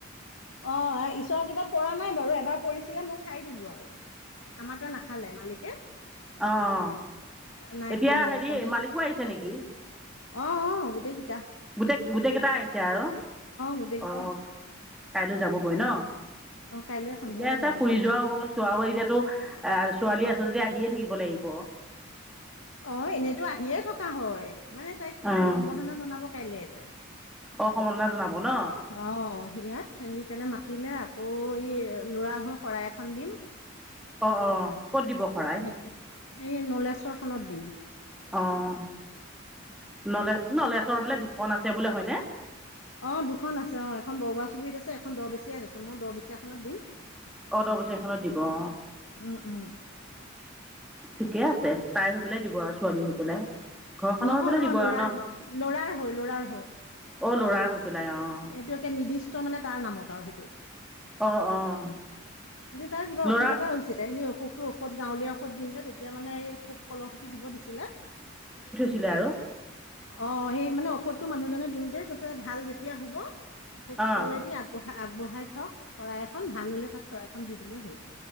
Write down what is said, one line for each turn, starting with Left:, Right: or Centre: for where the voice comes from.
Left: অ' ঈশ্বৰৰ কিপাত পৰা নাই বাৰু, এবাৰ পৰিছিলে মই খাই দিলো আৰু। আমাৰটোৱে নাখালে মালিকে।
Centre: অ'
Left: নাই
Centre: এতিয়া
Left: খোৱা যেনিবা
Centre: হেৰি
Left: পনীৰ
Centre: মালিকো আহিছে নেকি?
Left: অ' অ' গোটেকিটা।
Centre: গোটে গোটেকেটা আহিছে আৰু,
Left: গোটেইকেইটা
Centre: অ'
Left: আহিছো,
Centre: কাইলৈ যাবগৈ ন?
Left: অ', কাইলৈ সন্ধিয়ালৈ
Centre: ঠিকে আছে
Left: যামগৈ
Centre: ফুৰি যোৱাও হ'ল চোৱা হৈ এতিয়াতো এ ছোৱালী আছে যদি আহিয়ে থাকিব। আহিব।
Left: অ' এনেইতো আহিয়ে থকা হয় মানে তাইক
Centre: অঁ
Left: সম্বৰ্ধনা জনাব। কাইলে যে
Centre: সম্বৰ্ধনা জনাব ন
Left: অ, ইয়াত সেইকাৰণে মাতিলে। আকৌ এই ল'ৰা হৈ শৰাই এখন দিম
Centre: অ' অ' ক'ত দিব শৰাই।
Left: সেই এই নলেশ্বৰ থানত দিম।
Centre: অ' নলেজ নলেজৰ বোলে দুখন আছে বোলে হয়নে?
Left: অ, দুখন আছে অ, এখন বৰুৱা চুবুৰীত আছে, এখন দহ বেচীয়াত আছে মই দহ বেচীয়াখনত দিম।
Centre: অ, দহ বছৰ এখনত দিব অ,
Left: উম উম
Centre: ঠিকে আছে, তাই হৈ পেলাই দিব আৰু ছোৱালী হৈ পেলাই। ঘৰখনৰ
Left: নহয়-
Centre: হৈ পেলাই
Left: নহয়
Centre: দিব
Left: লৰাৰ-
Centre: আৰু ন
Left: লৰাৰ হৈ - লৰাৰ হৈ। অ,
Centre: অঁ ল'ৰাৰ হৈ পেলাই
Left: সেইটো
Centre: অঁ
Left: একে নিৰ্দিষ্ট মানে তাৰ নামত আৰু সেইটো।
Centre: অঁ অঁ
Left: কিন্তু তাৰ কিবা
Centre: ল'ৰা
Left: অসুখ এটা হৈছিলে এনে অসুখ। টো ঔষধ গাঁৱলীয়া ঔষধ দিওঁতে তেতিয়া মানে এই থোক কলহৰ সুতি দিব দিছিলে।
Centre: ছিলে আৰু।
Left: অ, সেই মানে ঔষধটো মানুহজনে দিওতে কৈছে ভাল যেতিয়া হব থোক
Centre: অঁ
Left: কলেদি আগবঢাই আগবঢ়াই থক শৰাই এখন ভাল হলে তাত শৰাই এখন দি দিলেই হ'ল।